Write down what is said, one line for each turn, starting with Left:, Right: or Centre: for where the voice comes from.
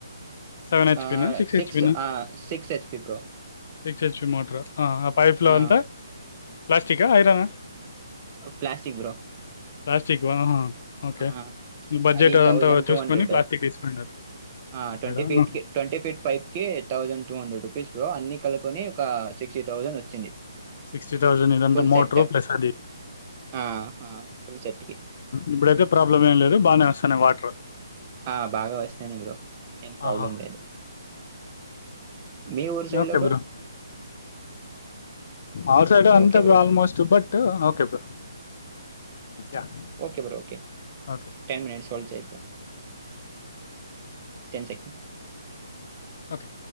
Left: సెవెన్ హెచ్పినా
Right: ఆహ్,
Left: సిక్స్ హెచ్పినా
Right: ఆహ్, HP bro.
Left: Six HP motor ఆ పైప్లో
Right: ఆ!
Left: అంతా ప్లాస్టికా ఐరనా
Right: ప్లాస్టిక్ బ్రో.
Left: ప్లాస్టికు ఓకే.
Right: ఆ
Left: బడ్జెట్
Right: అది
Left: అదంతా
Right: థౌజండ్ టూ
Left: చూసుకొని
Right: హండ్రెడు
Left: ప్లాస్టిక్ తీసుకున్నారు.
Right: ఆ ట్వంటీ
Left: ఆహా!
Right: ఫీట్ కి ట్వంటీ ఫీట్ పైప్ కి thousand two hundred rupees bro అన్నీ కలిపి కొని ఒక సిక్స్టీ థౌజండ్ వచ్చింది
Left: సిక్స్టీ థౌజండ్ ఇదంతా
Right: ఫుల్
Left: మోటరు
Right: సెట్.
Left: ప్లస్ అది
Right: ఆ! ఆ! ఫుల్ సెట్‌కి.
Left: ఇప్పుడైతే ప్రాబ్లం ఏం లేదు బానే వస్తన్నాయి వాటర్
Right: ఆ బాగా వస్తన్నయ్ బ్రో ఏం ప్రాబ్లమ్
Left: ఆహా
Right: లేదు. మీ ఊరు సైడ్‌లో
Left: ఓకే బ్రో ఆ సైడ్అంతే
Right: ఓకే బ్రో.
Left: Almost but okay bro yeah!
Right: Okay bro okay
Left: okay.
Right: Ten minutes చల్చయయిపో <unintelligible> ten second
Left: okay